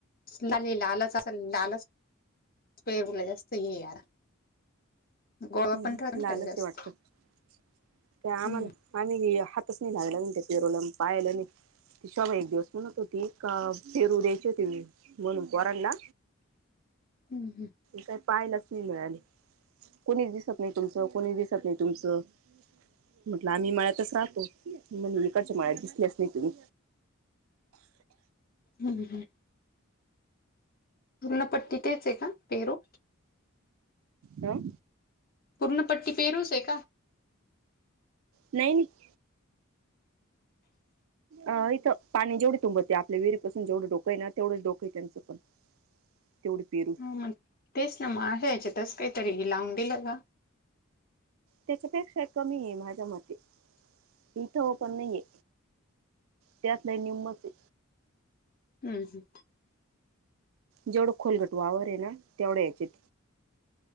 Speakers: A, on the left; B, on the right.
A: लाल लालच अस लालच पेरूला जास्त हे आहे यार गोळा
B: हम्म.
A: पण राहतो ना
B: लालच
A: त्याला जास्त
B: आहे, वाटत ते
A: हम्म
B: आम्हाला. आम्ही हातच नाही लावला त्या, पेरूला अन पाहिलेही नाही. न ती शोभा एक दिवस म्हणत होती, का पेरू द्यायचे होते म्हणून पोरांना.
A: हम् हम्.
B: काही पायलाच नाही मिळाले, कोणीच दिसत नाही तुमचं कोणीच दिसत नाही तुमचं. म्हटलं आम्ही मळ्यातच राहतो, इकडच्या मळ्यात दिसला नाही तुम्ही.
A: हम् हम. पूर्णपट्टी तेच आहे का, पेरु
B: हं.
A: पूर्णपट्टी पेरू चं आहे का.
B: नाही नाही.
A: <inaudible>
B: अ इथं पाणी जेवढे तुंबते, आपल्या विहिरीपासून जेवढ डोक आहे ना तेवढं डोक आहे त्यांचं पण. तेवढ पेरू.
A: ह मग तेच ना मग आहे, यायच्यातस काहीतरी लावून दिलं ना.
B: त्याच्यापेक्षा कमी आहे, माझ्या मते इथं पण नाहीये. त्यात लै नीम चे.
A: हम् हम्म.
B: जेवढं खोलगट वावर आहे ना, तेवढं यायचेत.